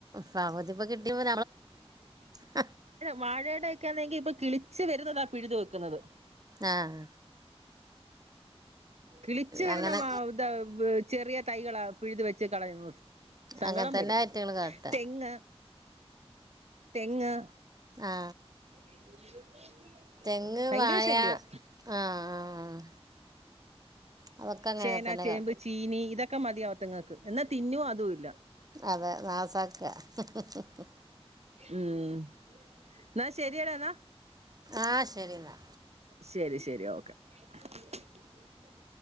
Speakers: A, on the right; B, on the right.
A: പകുതിപ്പ കിട്ടിയപ്പ <unintelligible>
B: വഴയുടെ ഒക്കെ ആന്നെങ്കിൽ ഇപ്പ കിളിച്ച് വരുന്നതാ പിഴുതു വെക്കുന്നത്.
A: ആഹ്
B: കിളിച്ചു വരുന്ന
A: അങ്ങനെ
B: വാ ഇത വ് ചെറിയ തൈകളാ. പിഴുത് വെച്ച് കളയുന്നു. സങ്കടം
A: അങ്ങനെ തന്നെ
B: വരും
A: ഐറ്റങ്ങൾ കാട്ടുക
B: തെങ്ങ് തെങ്ങ്
A: ആ
B: <inaudible>
A: തെങ്ങ്
B: ഭയങ്കര
A: വായ
B: ശല്യവാ
A: ആഹ ആ അതൊക്കെ അങ്ങനെ
B: ചേന
A: തന്നെ
B: ചേമ്പ്
A: കാട്ടും
B: ചീനി ഇതൊക്കെ ക്ക മതിയാ അതിറ്റ ങ്ങൾക്ക് എന്നാ തിന്നോ അതും ഇല്ല
A: അതെ നാസാക്ക ഹി ഹി ഹി
B: ഉം എന്ന ശരിയടാന്നാ
A: ആഹ ശരി എന്നാ
B: ശരി ശരി ഓക്കെ <unintelligible>